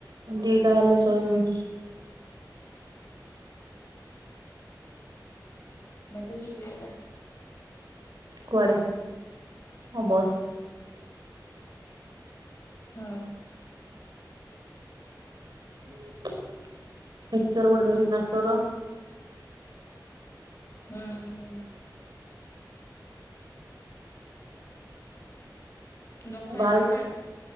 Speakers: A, on the right; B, on the left.
A: ଦିଟା ହେଲେ ଶୋଇବି।
B: ମିତ ଯିବି ଏବେ।
A: କୁଆଡେ ହଁ ବ
B: ହୁଁ।
A: ମିକ୍ସଚର ଗୋଟେ ଧାରିକିନା ଆସିଥିବ ତ।
B: ହୁଁ ହୁଁ ଦକ୍ଷୟା
A: ଭାଇ
B: ଆମେ